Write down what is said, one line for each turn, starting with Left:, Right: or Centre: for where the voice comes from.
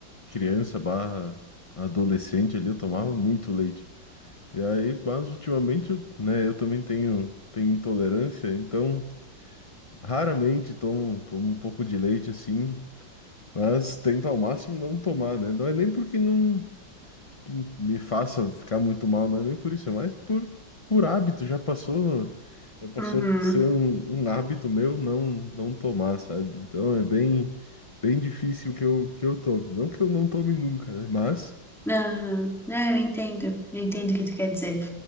Left: criança barra adolescente ali, eu tomava muito leite. E aí, mas ultimamente, eu, né, eu também tenho, tenho intolerância, então raramente tomo, tomo um pouco de leite assim, mas tento ao máximo não tomar, né? Não é nem porque não, que me faça ficar muito mal, não é nem por isso, é mais por, por hábito. Já passou, já passou
Centre: Uhum.
Left: a ser um, um hábito meu não não tomar, sabe? Então é bem bem difícil que eu que eu tome. Não que eu não tome nunca, né? Mas
Centre: Aham. É, eu entendo. Eu entendo o que tu quer dizer.